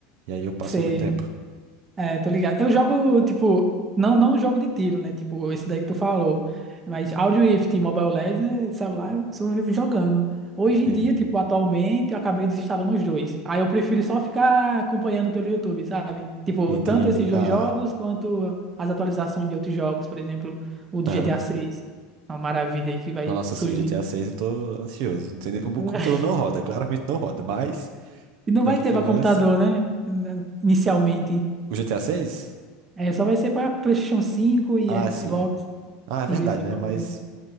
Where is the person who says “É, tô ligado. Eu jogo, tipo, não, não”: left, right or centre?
Right